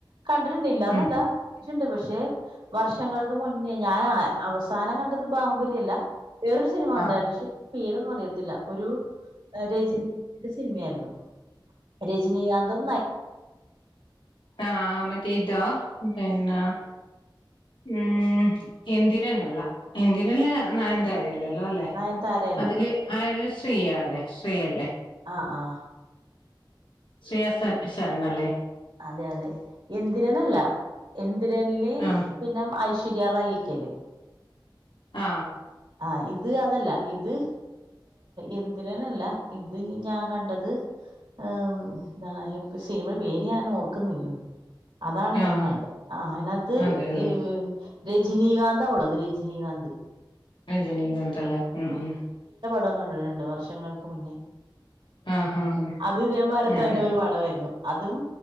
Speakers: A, on the right; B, on the left.
A: കണ്ടിട്ടുണ്ട്ല്ലന്നല്ലിട്ടുണ്ട്
B: ഉം
A: പക്ഷെ വർഷങ്ങൾ മുന്നേ ഞാൻ അവസാനം കണ്ട ബാഹുബലി അല്ല വേറൊരു സിനിമ
B: ആഹ്
A: ഉണ്ടായിരുന്നു പക്ഷെ പേരൊന്ന് പറയോ <unintelligible> ഒരു രച സിനിമയാരുന്നു രജനി ഗാന്ധും
B: ആ മറ്റേ ഇതാ പിന്നെ ഉം എന്തിരനല്ല എന്തിരനില് ആ നയൻതാര ഇല്ലലോലേ
A: നയൻതാരയല്ല
B: അതില് ശ്രീ ആലെ ശ്രീ അല്ലേ
A: ആ ആ
B: ശ്രേയാ ശര ശരൺ അല്ലേ
A: അതെ അതെ എന്തിരനല്ല എന്തി ഗില്ലി
B: ആഹ്
A: പിന്നെ ഐശ് പിരിയാറായിരിക്കല്ലെ
B: ആ
A: ആഹ് ഇത് അതല്ല ഇത് എന്തിരനല്ല ഇത് ഞാൻ കണ്ടത് എന്താണ് സിനിമയുടെ പേര് ഞാൻ ഓർക്കുന്നില്ല അതാണ്
B: ആഹ്
A: ഞാൻ കണ്ടത് ആ അയിനാത്ത്
B: അതെല്ലേ
A: ഈ രജനീകാന്ത് അവള് രജിനീകാന്ത്
B: രജനീകാന്തല്ലേ ഉം ഉം
A: ടം കണ്ടിട്ടുണ്ട് വർഷങ്ങൾക്ക് മുന്നേ
B: ആഹ് ആഹ് ആഹ്
A: അത് ഇതേമാരത്തെ
B: ഞാന്
A: തന്നെ ഒരു പടവായിരുന്നു അതും